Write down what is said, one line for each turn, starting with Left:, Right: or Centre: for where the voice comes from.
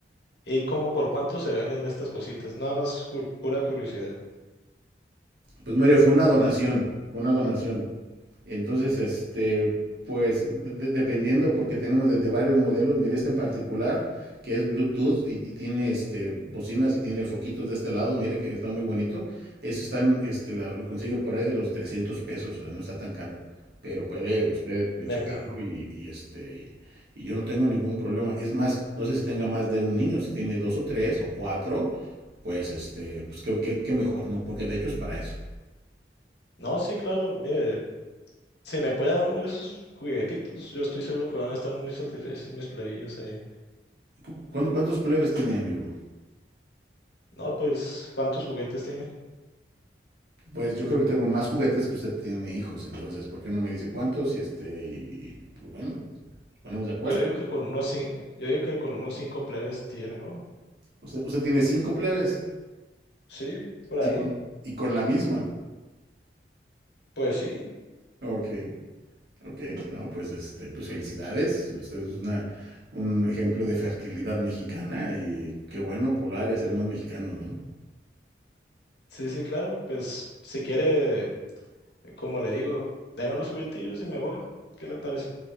Left: y como por cuánto se venden estas cositas, nada más cu- pura curiosidad.
Right: Pues mire, fue una donación, fue una donación. Entonces, este, pues de- dependiendo, porque tenemos desde varios modelos, mire este en particular, que es Bluetooth y, y tiene este, bocinas y tiene foquitos de este lado, mire que está muy bonito. Eso están, este, la- lo consigue por ahí de los 300 pesos, o sea, no está tan caro, pero puede usted
Left: Me,
Right: checarlo y, y, este, y yo no tengo ningún problema. Es más, no sé si tenga más de un niño, si tiene dos o tres o cuatro, pues este, pues qué, qué- qué mejor, ¿no? Porque de hecho es para eso.
Left: No, sí, claro, mire, si me puede dar uno de esos juguetitos, yo estoy seguro que van a estar muy satisfechos mis plebillos ahí.
Right: ¿Cu- cu- ¿Cuántos plebes tiene, amigo?
Left: No, pues, ¿cuántos juguetes tiene?
Right: Pues yo creo que tengo más juguetes que usted tiene hijos, entonces, ¿por qué no me dice cuántos? Y este, y pues bueno, o sea, nos ponemos de acuerdo.
Left: Yo digo que con unos cinco, yo digo que con unos cinco plebes tiene, ¿no?
Right: Usted, usted tiene cinco plebes
Left: Sí, por
Right: y
Left: ahí.
Right: con, y con la misma.
Left: Pues sí,
Right: Ok, ok, no, pues este, pues felicidades. Usted es una, un ejemplo de fertilidad mexicana y qué bueno poblar y hacer más mexicanos, ¿no?
Left: sí, sí, claro. Pues si quiere, como le digo, deme los juguetillos y me voy. ¿Qué le parece?